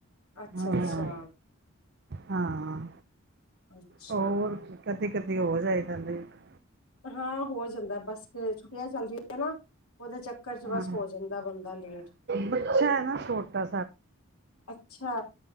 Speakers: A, on the left; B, on the right.
A: ਅੱਛਾ-ਅੱਛਾ
B: ਹਾਂ ਹਾਂ
A: <inaudible>
B: ਹੋਰ
A: ਅੱਛਾ
B: ਕੀ, ਕਦੀ -ਕਦੀ ਹੋ ਜਾਈਦਾ ਲੇਟ।
A: ਹਾਂ ਹੋ ਜਾਂਦਾ, ਬਸ ਫੇਰ ਛੁੱਟੀਆਂ ਚੱਲ ਰਹੀਆਂ ਨਾ, ਉਹਦੇ ਚੱਕਰ ਚ
B: ਹਾਂ
A: ਬਸ ਹੋ ਜਾਂਦਾ ਬੰਦਾ ਲੇਟ,
B: ਬੱਚਾ ਹੈ ਨਾ ਛੋਟਾ
A: ਅੱਛਾ।